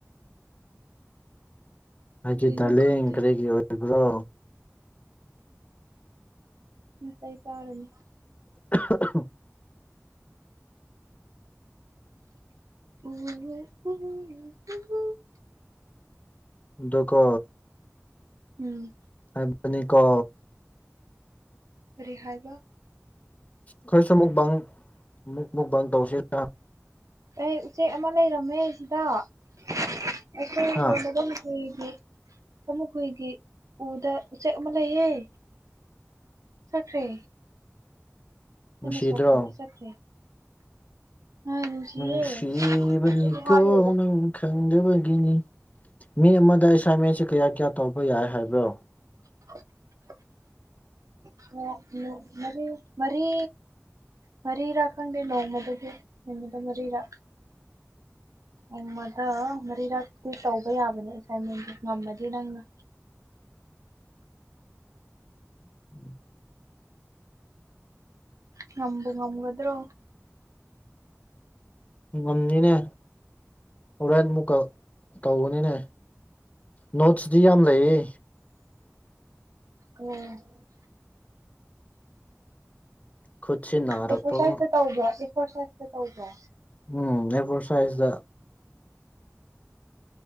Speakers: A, on the left; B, on the right.
A: ꯑꯩꯒꯤ
B: ꯀꯔꯤꯅꯣ
A: ꯗꯂꯦꯡ
B: ꯈꯪꯗꯦ
A: ꯀꯔꯤꯒꯤ ꯑꯣꯏꯕ꯭ꯔꯣ
B: ꯎ ꯇꯩꯁꯥꯔꯅꯤ
A: <inaudible>
B: ꯎ ꯎ
A: ꯗꯨꯀꯣ
B: ꯎꯝ
A: ꯍꯥꯏꯕꯅꯤꯀꯣ
B: ꯀꯔꯤ ꯍꯥꯏꯕ
A: ꯈꯔꯁꯨ ꯑꯃꯨꯛꯪ ꯑꯃꯨꯛ ꯃꯨꯛ ꯕꯥꯪ ꯇꯧꯁꯤꯔ
B: ꯑꯩ ꯎꯆꯦꯛ ꯑꯃ ꯂꯩꯔꯝꯃꯦ ꯁꯤꯗ ꯑꯩꯈꯣꯏ
A: ꯍꯥ
B: ꯌꯣꯟꯕꯒ ꯍꯨꯏꯒꯤ ꯑꯃꯨꯛ ꯍꯨꯏꯒꯤ ꯎꯗ ꯎꯆꯦꯛ ꯑꯃ ꯂꯩꯌꯦꯦ ꯁꯈ꯭ꯔꯤ
A: ꯅꯨꯡꯁꯤꯗ꯭ꯔꯣ
B: ꯑꯅ ꯁꯣꯛꯄꯒꯤ ꯆꯠꯈ꯭ꯔꯦ ꯍꯥꯏ ꯅꯨꯡꯁꯤꯌꯦ
A: ꯎꯁꯤꯕꯅꯤ
B: ꯑꯩꯗꯤ ꯍꯥꯠꯂꯣꯏꯗ
A: ꯀꯣꯅꯪ ꯈꯪ ꯪꯒꯤ ꯃꯤ ꯑꯃꯗ ꯑꯦꯁꯥꯏꯟꯃꯦꯟꯁ ꯀꯌꯥ ꯀꯌꯥ ꯇꯧꯕ ꯌꯥꯏ ꯍꯥꯏꯕ꯭ꯔꯣ
B: <inaudible> ꯑꯣ ꯎ ꯃꯔꯤ ꯃꯔꯤ ꯃꯔꯤꯔꯥ ꯈꯪꯗꯦ ꯅꯣꯡꯃꯗꯗꯤ ꯅꯣꯡꯃꯗ ꯃꯔꯤꯔꯥ ꯎꯃꯗ ꯃꯔꯤ ꯔ ꯑꯗꯨ ꯇꯧꯕ ꯌꯥꯕꯅꯦ ꯑꯦꯁꯥꯏꯟꯃꯦꯟꯗꯨ ꯉꯝꯃꯗꯤ ꯅꯪꯅ
A: <unintelligible> ꯎꯝ
B: ꯉꯝꯝꯕ ꯉꯝꯒꯗ꯭ꯔꯣ
A: ꯉꯝꯅꯤꯅꯦ ꯍꯣꯔꯦꯟ ꯑꯃꯨꯛꯀ ꯇꯧꯒꯅꯤꯅꯦ ꯅꯣꯠꯁꯤꯗꯤ ꯌꯥꯝ ꯂꯩꯌꯦ
B: ꯎꯝ
A: ꯈꯨꯠꯁꯤ ꯅꯥꯔꯛꯄꯕꯨ
B: ꯑꯦꯛꯁꯔꯁꯥꯏꯁꯇ ꯇꯧꯕ꯭ꯔꯥ ꯑꯦꯛꯁꯔꯁꯥꯏꯖꯇ ꯇꯧꯕ꯭ꯔꯥ
A: ꯎꯝ ꯑꯩꯕꯣꯔ ꯁꯥꯏꯖꯗ